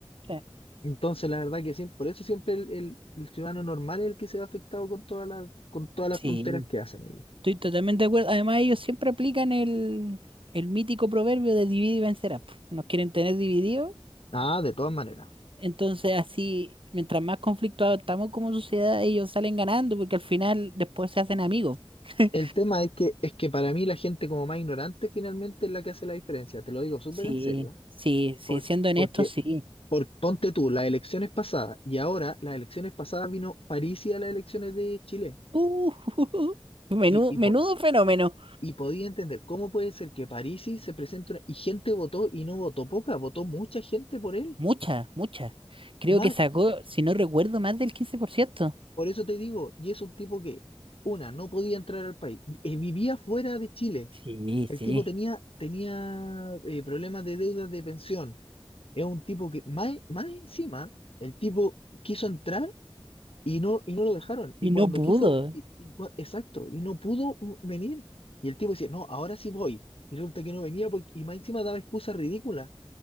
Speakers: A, on the right; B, on the left.
A: sí.
B: Entonces, la verdad que siempre, por eso siempre el, el- el ciudadano normal es el que se ve afectado con todas las, con todas las
A: sí.
B: tonteras que hacen ellos.
A: Estoy totalmente de acuerdo. Además, ellos siempre aplican el, el mítico proverbio de divide y vencerás. po. Nos quieren tener divididos.
B: Ah, de todas maneras.
A: Entonces, así, mientras más conflictuados estamos como sociedad, ellos salen ganando porque al final después se hacen amigos. <laughs>
B: El tema es que, es que para mí la gente como más ignorante finalmente es la que hace la diferencia. Te lo digo súper
A: Sí,
B: en serio.
A: sí, sí,
B: Por-
A: siendo honestos,
B: porque,
A: sí.
B: por, ponte tú, las elecciones pasadas y ahora las elecciones pasadas vino Parisi a las elecciones de Chile.
A: Uh, <laughs> menú-
B: Y, y,
A: menudo
B: po-
A: fenómeno.
B: y podía entender cómo puede ser que Parisi se presente una- y gente votó y no votó poca, votó mucha gente por él.
A: Muchas, muchas. Creo
B: Más,
A: que sacó, si no recuerdo, más del quince por ciento
B: Por eso te digo, y es un tipo que, una, no podía entrar al país, eh, vivía fuera de Chile.
A: Sí,
B: El
A: sí.
B: tipo tenía, tenía eh, problemas de deudas de pensión. Es un tipo que, más, más encima, el tipo quiso entrar y no, y no lo dejaron. Y
A: Y
B: cuando
A: no pudo.
B: quiso, y- y cua- exacto, y no pudo uh, venir. Y el tipo decía, no, ahora sí voy. Y resulta que no venía porque, y más encima daba excusas ridículas.